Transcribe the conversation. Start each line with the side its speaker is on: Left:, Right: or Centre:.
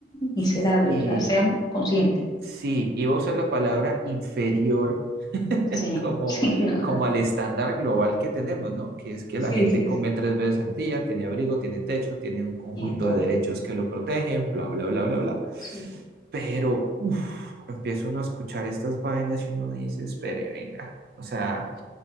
Left: miserable,
Right: sí,
Left: o sea, seamos conscientes,
Right: sí, iba a usar la palabra inferior
Left: sí,
Right: como,
Left: <laughs> sí, no,
Right: como al estándar global que tenemos, ¿no? Que es que
Left: sí,
Right: la gente
Left: sí,
Right: come
Left: sí,
Right: tres veces al día, tiene abrigo, tiene techo, tiene un conjunto
Left: y de todo,
Right: de derechos que lo protegen, bla, bla, bla, bla, bla.
Left: sí.
Right: Pero uf, empieza uno a escuchar estas vainas y uno dice, espere, venga, o sea,